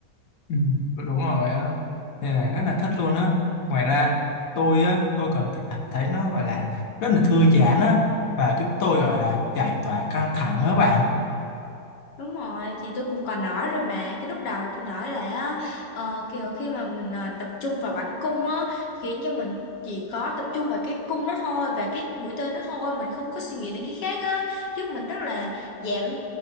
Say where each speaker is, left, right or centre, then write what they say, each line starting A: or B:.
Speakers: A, on the left; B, on the left.
A: Ừ, đúng rồi á nên là rất là thích luôn á ngoài ra tôi á tôi còn th- cảm thấy nó gọi là rất là thư giãn á và giúp tôi gọi là giải tỏa căng thẳng á bạn
B: Đúng rồi, thì tôi cũng còn nói rồi mà Cái lúc đầu tôi nói là ờ, kiểu khi mà mình ờ, tập trung vào bắn cung á Khiến cho mình chỉ có tập trung vào cái cung đó thôi Và cái mũi tên đó thôi Mình không có suy nghĩ đến cái khác á Giúp mình rất là giảm